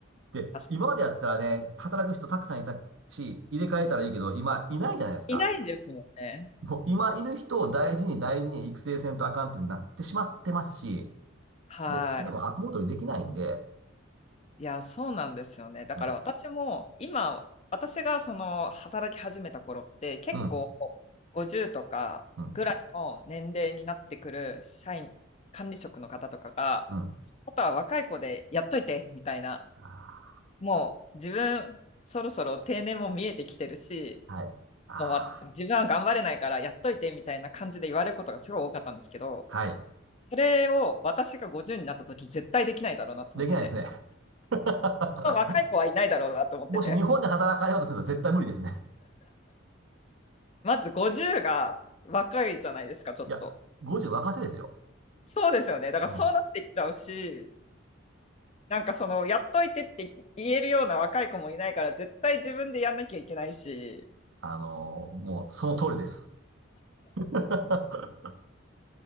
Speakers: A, on the right (about 65°); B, on the left (about 30°).
A: で、
B: 確か
A: 今までやったらね、働く人たくさんいたし、入れ替えたらいいけど、今いないじゃないですか。
B: にいないですもんね。
A: もう今いる人を大事に大事に育成せんとあかんっていうふうになってしまってますし、
B: はい。
A: で、それも後戻りできないんで、
B: いや、そうなんですよね。だから私も今、
A: ね
B: 私がその働き始めた頃って結構
A: うん、
B: 50とかぐらいの年齢になってくる社員、
A: うん、
B: 管理職の方とかが、
A: うん。
B: あとは若い子でやっといてみたいな、
A: あ
B: もう自分そろそろ定年も見えてきてるし、
A: ーはい。ああ、
B: もうわ自分は頑張れないからやっといてみたいな感じで言われることがすごい多かったんですけど、
A: はい。
B: それを私が50になった時絶対できないだろうなと思ってて、
A: できないですね。<laughs>
B: 若い子はいないだろうなと思ってて。
A: もし日本で働かれようとすると絶対無理ですね。
B: まず50が若いじゃないですか、ちょっと。
A: いや、50若手ですよ。
B: そうですよね。だからそうなっていっちゃうし、
A: うん
B: なんかその、やっといてって言えるような若い子もいないから、絶対自分でやんなきゃいけないし。
A: あの、もうその通りです。<laughs>